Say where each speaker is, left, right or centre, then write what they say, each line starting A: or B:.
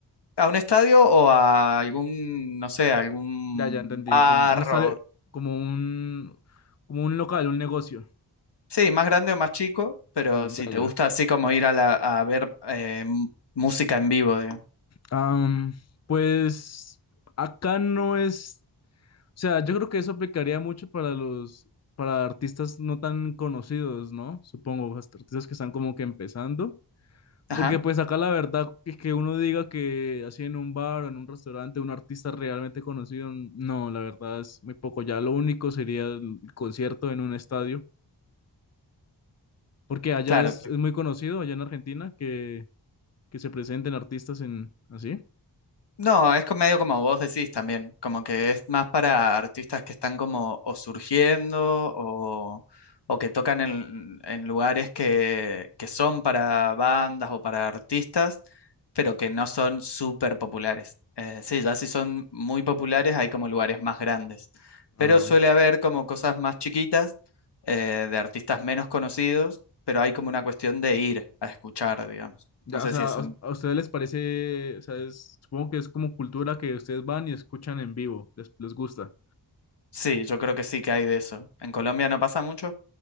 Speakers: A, on the left (about 70°); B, on the left (about 40°).
A: ¿A un estadio o a algún, no sé, algún
B: Ya, ya entendí.
A: bar
B: Como un estable,
A: o-
B: como un, como un local, un negocio.
A: sí, más grande o más chico, pero
B: Ah,
A: si
B: ya,
A: te
B: ya.
A: gusta así como ir a, la- a ver eh, m- música en vivo, digamos.
B: Am, pues acá no es, o sea, yo creo que eso aplicaría mucho para los, para artistas no tan conocidos, ¿no? Supongo, hasta artistas que están como que empezando.
A: Ajá,
B: Porque pues acá la verdad es que uno diga que así en un bar o en un restaurante un artista realmente conocido, no, la verdad es muy poco. Ya lo único sería el concierto en un estadio Porque allá
A: claro,
B: es,
A: claro.
B: es muy conocido, allá en Argentina, que, que se presenten artistas en así.
A: No, es co- medio como vos decís también, como que es más para artistas que están como o surgiendo o, o que tocan en, en lugares que, que son para bandas o para artistas, pero que no son súper populares. Eh, sí, ya si son muy populares hay como lugares más grandes,
B: Ah,
A: pero suele haber como cosas más chiquitas eh, de artistas menos conocidos, pero hay como una cuestión de ir a escuchar, digamos.
B: ya,
A: No sé
B: o sea,
A: si eso
B: ¿a a ustedes les parece, o sea, es- supongo que es como cultura que ustedes van y escuchan en vivo, les, les gusta.
A: Sí, yo creo que sí que hay de eso. ¿En Colombia no pasa mucho?